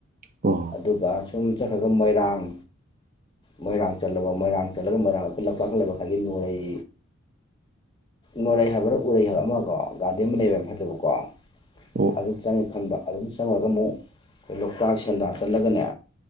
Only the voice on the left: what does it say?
ꯑꯗꯨꯒ ꯁꯨꯝ ꯆꯠꯈ꯭ꯔꯒ ꯃꯣꯏꯔꯥꯡ ꯃꯣꯏꯔꯥꯡ ꯆꯠꯂꯕ ꯃꯣꯏꯔꯥꯡ ꯆꯠꯂꯒ ꯃꯣꯏꯔꯥꯡ ꯑꯩꯈꯣꯏ ꯂꯀꯈ ꯂꯩꯕ ꯈꯥꯏꯒꯤ ꯅꯣꯔꯩ ꯅꯣꯔꯩ ꯍꯥꯏꯕ꯭ꯔꯥ ꯎꯔꯩ ꯍꯥꯏꯕ ꯑꯃꯒꯀꯣ ꯒꯥꯔꯗꯦꯟ ꯑꯃ ꯂꯩꯕ ꯌꯥꯝ ꯐꯖꯕꯀꯣ
ꯑꯗꯨ ꯆꯪꯉꯦ ꯈꯟꯕ ꯑꯗꯨꯝ ꯆꯪꯉꯨꯔꯒ ꯑꯃꯨꯛ ꯑꯩꯏ ꯂꯣꯛꯇꯥꯛ ꯁꯦꯟꯗ ꯆꯠꯂꯒꯅꯦ